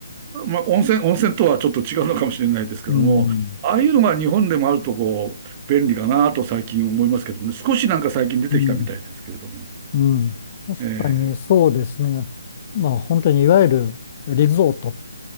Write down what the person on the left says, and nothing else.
うん、
うん、うん。確かにねそうですね。
まあ本当にいわゆるリゾートっ